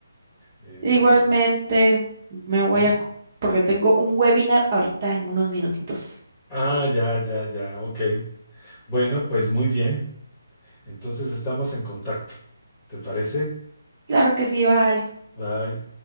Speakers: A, on the left (about 20°); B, on the right (about 35°).
A: Eh,
B: Igualmente, me voy
A: eh,
B: a... porque tengo un webinar ahorita en unos minutitos.
A: ah, ya, ya, ya, ok. Bueno, pues muy bien. Entonces estamos en contacto. ¿Te parece?
B: Claro que sí, bye.
A: Bye.